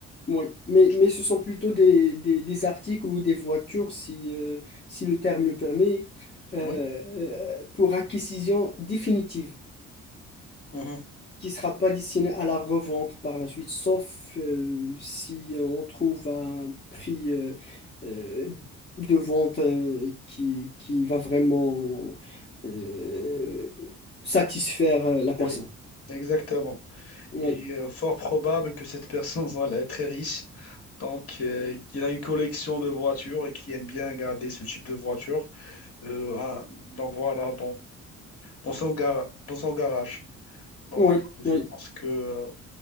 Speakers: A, on the left; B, on the left.
A: oui. Mais,
B: Je-
A: mais ce sont plutôt des, des, des articles ou des voitures, si, euh, si le terme le permet, euh,
B: Oui,
A: euh, pour acquisition définitive.
B: Mhm.
A: qui sera pas destiné à la revente par la suite, sauf euh, si euh, on trouve un prix euh, euh, de vente euh, qui, qui va vraiment euh, satisfaire euh, la personne.
B: Oui, exactement.
A: Oui,
B: Et euh, fort probable que cette personne <laughs> voilà, est très riche, donc euh, qu'il a une collection de voitures et qui aime bien garder ce type de voiture. Euh, ah, donc voilà, dans son gar- dans son garage. Donc,
A: oui,
B: je
A: oui.
B: pense que euh,